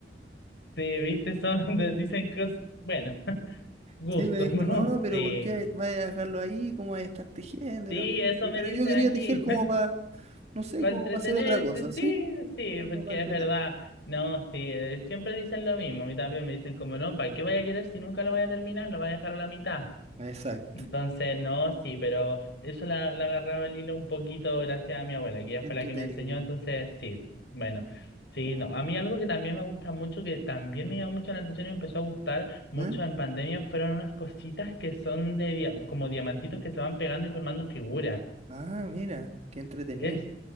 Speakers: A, on the left (about 70°); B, on the right (about 40°).
A: Sí, viste, son, <laughs> dicen cosas, bueno, <laughs> gustos,
B: Sí, me dijo,
A: ¿no?
B: no, pero
A: Sí,
B: ¿por qué vas a dejarlo ahí? ¿Cómo vas a estar tejiendo?
A: sí,
B: Y la cuestión?".
A: eso
B: Y
A: me
B: pero
A: dicen
B: yo quería
A: aquí,
B: tejer como
A: <laughs>
B: para, no sé,
A: para
B: como
A: entretenerse,
B: para hacer otra cosa,
A: sí,
B: ¿sí?
A: sí,
B: Algo
A: porque
B: para entretener.
A: es verdad, no, sí, eh, siempre dicen lo mismo, a mí también me dicen como, no, ¿para qué vaya a querer si nunca lo vaya a terminar, lo vaya a dejar a la mitad?
B: Exacto,
A: Entonces, no, sí, pero eso la, la agarraba el hilo un poquito gracias a mi abuela, que ella
B: entretenido.
A: fue la que me enseñó, entonces sí, bueno, sí,
B: Como,
A: no. A mí algo que también me gusta mucho, que también me llamó mucho la atención y me empezó a gustar mucho
B: ¿eh?
A: en pandemia, fueron unas cositas que son de dia- como diamantitos que se van pegando y formando figuras.
B: Ah, mira, qué entretenido.
A: Es,